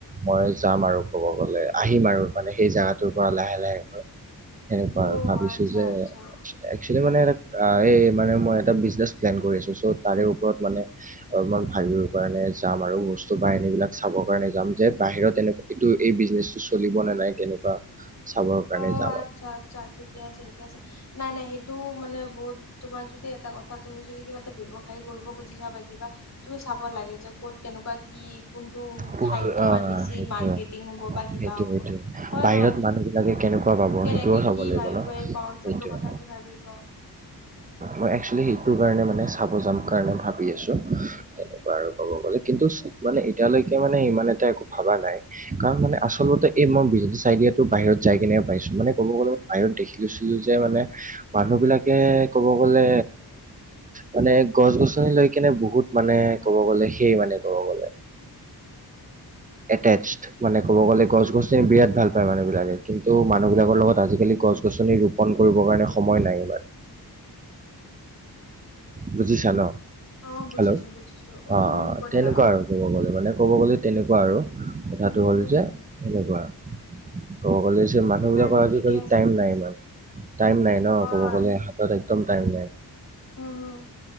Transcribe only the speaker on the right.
মই যাম আৰু, ক'ব গ'লে আহিম আৰু মানে। সেই জোগাত পৰা লাহে- লাহে সেনেকুৱা
আৰু। ভাবিছো
যে,
একচুৱেলি মানে এটা এই, মানে মই এটা বিজনেছ প্লেন কৰি আছো। চ' তাৰে ওপৰত মানে, অলপমান ভাবিব কাৰণে যাম আৰু। বস্তু বা এনেকুৱাবিলাক চাবৰ কাৰণে যাম যে। বাহিৰত এনেকুৱা, এই বিজনেচটো চলিব নে নাই, তেনেকুৱা। চাবৰ কাৰণে
যাম
আৰু
পোন-
আহ,
সেইটোৱে
সেইটোৱে
সেইটোৱে
বাহিৰত
মানুহ বিলাকে কেনেকুৱা পাব?
সেইটোও চাব
লাগিব
ন
সেইটোৱে
মই এক্টচোৱেলি সেইটো কাৰণে মানে। চাব যাম কাৰণে ভাবি আছো। আৰু ক'ব গ'লে কিন্তু মানে, এতিয়ালৈকে, মানে ইমান এটা একো ভবা নাই, কাৰণ মানে, আচলতে এই মই বিছিনেছ আইডিয়া। বাহিৰ যাই কিনে, পাইছো মানে ক'ব গ'লে বহুত। দেখি, লৈছিলো যে মানে মানুহ বিলাকে, ক'ব গ'লে, মানে গছ -গছনি লৈ কেনে বহুত মানে, ক'ব গ'লে সেই মানে ক'ব গলে, আত্তেছ। মানে ক'ব গ'লে গছ- গছনি বিৰাট ভাল পায়। মানুহ বিলাকে কিন্তু মানুহ বিলাকৰ লগত আজিকালি গছ- গছনি ৰূপ ফন কৰিব কাৰণে সময় নাই। ইমান বুজিছা ন?
হেল্ল'।
অ -অ
তেনেকুৱা
আৰু। ক'ব গ'লে মানে ক'ব গ'লে তেনেকুৱা আৰু। কথাটো হ'ল
যে,
এনেকুৱা কব গলে মানুহ
বিলাকৰ
টাইম
নাই
ইমান, টাইম নাই। ন?
ক'ব
গ'লে হাতত একদম টাইম নাই।